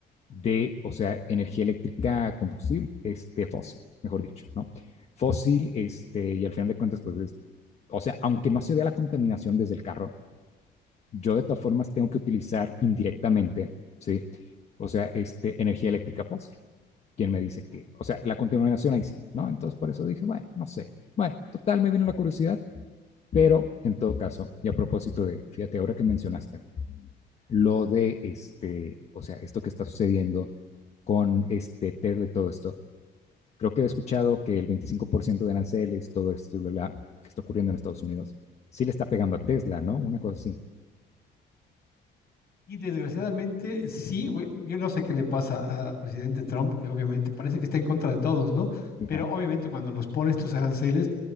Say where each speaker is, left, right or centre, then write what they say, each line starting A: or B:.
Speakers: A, on the left; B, on the left.
A: de, o sea, energía eléctrica combustible, este, fósil, mejor dicho, ¿no? Fósil, este, y al final de cuentas, pues es, o sea, aunque no se vea la contaminación desde el carro, yo de todas formas tengo que utilizar indirectamente, ¿sí? O sea, este, energía eléctrica fósil. Quién me dice que, o sea, la contaminación ahí sigue, ¿no? Entonces por eso dije, bueno, no sé. Bueno, total, me vino la curiosidad, pero en todo caso, y a propósito de, fíjate, ahora que mencionaste, lo de este, o sea, esto que está sucediendo con este Tesla y todo esto, creo que he escuchado que el 25% de aranceles, todo esto, y bla, bla, que está ocurriendo en Estados Unidos, sí le está pegando a Tesla, ¿no? Una cosa así.
B: Y desgraciadamente, sí, güey, yo no sé qué le pasa al presidente Trump, que obviamente parece que está en contra de todos, ¿no?
A: Sí,
B: Pero
A: ajá,
B: obviamente cuando nos pone estos aranceles,